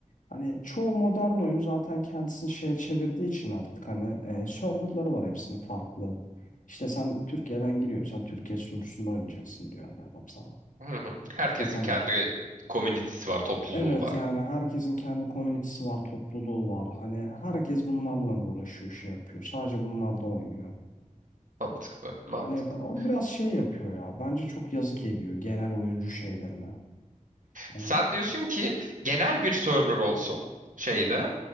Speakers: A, on the left; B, on the right.
A: Hani çoğu modern oyun zaten kendisini şeye çevirdiği için artık hani e, serverları var hepsinin farklı. İşte sen Türkiye'den giriyorsan Türkiye sunucusunda oynayacaksın diyor hani adam sana.
B: <laughs> Hı hı. Herkesin
A: yapamıyorsun.
B: kendi komünitesi var, topluluğu
A: Evet
B: var.
A: yani herkesin kendi komünitesi var, topluluğu var. Hani herkes bunlarla uğraşıyor, şey yapıyor. Sadece bunlar da oynuyor.
B: Mantıklı, mantıklı.
A: Hani o biraz şey yapıyor ya. Bence çok yazık ediyor genel oyuncu şeylerine. Hani
B: Sen diyorsun ki genel bir server olsun şeyde.